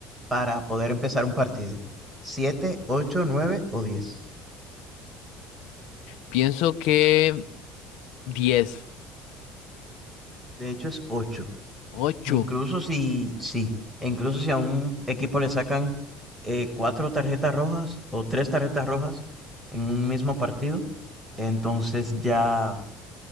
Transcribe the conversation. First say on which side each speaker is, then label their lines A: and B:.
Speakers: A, in the centre; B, on the left.
A: para poder empezar un partido? siete, 8, 9 o diez,
B: Pienso que diez
A: De hecho, es ocho,
B: ocho
A: E incluso si, sí, e incluso si a un equipo le sacan eh, cuatro tarjetas rojas o tres tarjetas rojas en un mismo partido, entonces ya